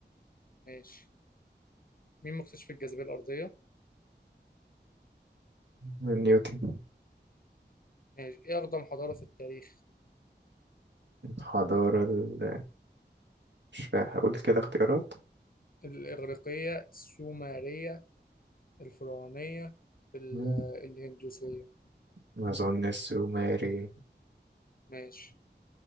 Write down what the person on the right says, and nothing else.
نيوتن
الحضارة ال- مش فا- هقول كده اختيارات
مم.
ما أظن السومري